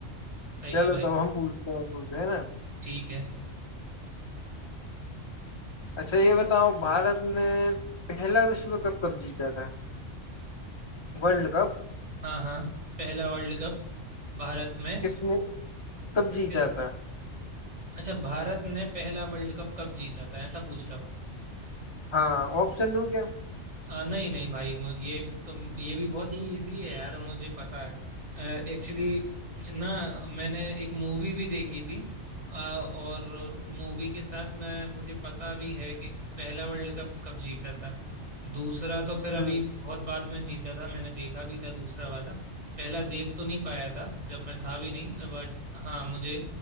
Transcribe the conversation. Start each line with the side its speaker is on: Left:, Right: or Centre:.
Right: सही
Left: चलो
Right: है भाई
Left: तब हम पूछते हैं तुमसे है ना
Right: ठीक है
Left: अच्छा ये बताओ भारत ने पहला विश्व कप कब जीता था वर्ल्ड कप
Right: हाँ हाँ पहला वर्ल्ड कप भारत में
Left: किसने कब जीता
Right: किस
Left: था
Right: अच्छा भारत ने पहला वर्ल्ड कप कब जीता था ऐसा पूछ रहा
Left: हाँ ऑप्शन दूं क्या
Right: आ, नहीं नहीं भाई मुझे ये तुम ये भी बहुत ही इजी है यार मुझे पता है एक्चुअली ना मैंने एक मूवी भी देखी थी आ, और मूवी के साथ मैं मुझे पता भी है कि पहला वर्ल्ड कप कब जीता था दूसरा तो फिर अभी
Left: हम्म
Right: बहुत बाद में जीता था मैंने देखा भी था दूसरा वाला पहला देख तो नहीं पाया था जब मैं था भी नहीं बट हाँ मुझे